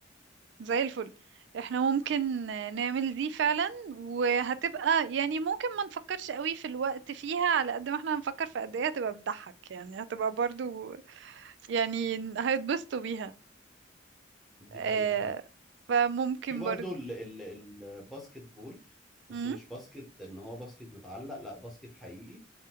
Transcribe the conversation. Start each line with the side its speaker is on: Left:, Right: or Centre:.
Right: زي الفل احنا ممكن آه، نعمل دي فعلا وهتبقى يعني ممكن ما نفكرش قوي في الوقت فيها على قد ما احنا هنفكر في قد ايه هتبقى بتضحك يعني هتبقى برضو يعني هيتبسطوا بيها
Centre: دي
Right: آه
Centre: حقيقة فعلا.
Right: فممكن
Centre: في برضه
Right: برضو
Centre: ال- ال- الباسكت بول
Right: مم؟
Centre: بس مش باسكت ان هو باسكت متعلق لا باسكت حقيقي